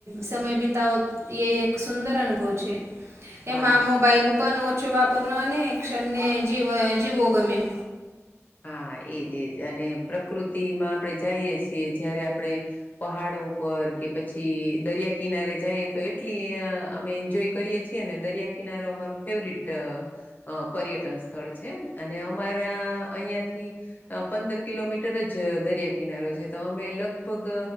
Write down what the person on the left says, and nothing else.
હા
હા એજ એજ અને પ્રકૃતિમાં. આપડણે જઈએ છીએ જયારે આપડણે પહાડો ઉપર. કે પછી દરિયા કિનારે જઈએ તો એટલી અમે એન્જોય. કરીએ છીએ અને દરિયા કિનારો અમાર ફેવરિટ. અ પર્યટન સ્થળ છે અને અમારા અહિયાંથી. અ પંદર કિલોમીટર જ દરિયા કિનારો છે તો અમે લગભગ.